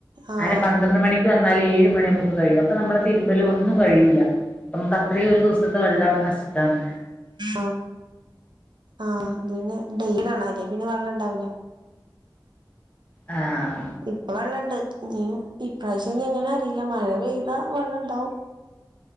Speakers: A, on the right (about 70°); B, on the left (about 15°).
A: ആഹ്
B: അങ്ങനെ പന്ത്രണ്ട് മണി വന്നാല് ഏഴ് മണി ആമ്പോക്കിനും കഴിയും അപ്പൊ നമ്മളെ തിരുമ്പലും ഒന്നും കഴിയൂല നമക്ക് അത്രയും ഒരു ദിവസത്തെ വെള്ളം അവിടെ നഷ്ടാണ്
A: ആഹ ആഹ ഇന്നെ ഡെയൽല് <unintelligible> അല്ലേ പിന്നെ വെള്ളം ഉണ്ടാവൂല
B: ആഹ
A: ഇപ്പൊ വെള്ളം ഇണ്ട് ഉം ഇപ്രാവശ്യം ഇനി എങ്ങനേ അറീല്ല മഴ പെയ്താ വെള്ളം ഇണ്ടാവും